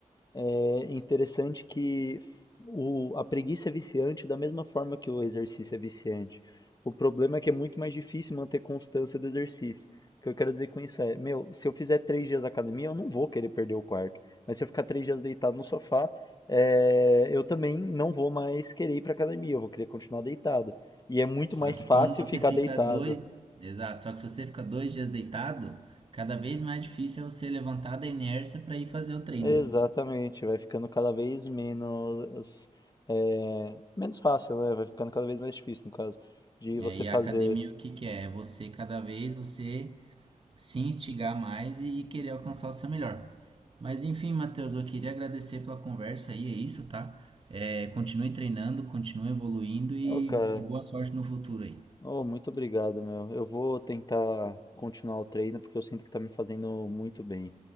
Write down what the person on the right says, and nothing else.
Só
que
quando você
fica
dois, exato, só que se você fica dois dias deitado, cada vez mais difícil é você levantar da inércia para ir fazer o treino,
né?
É,
e
a academia o que que é? É você cada vez você se instigar mais e, e querer alcançar o seu melhor. Mas enfim, Matheus, eu queria agradecer pela conversa aí, é isso, tá? É, continue treinando, continue evoluindo e,
e boa sorte no futuro aí.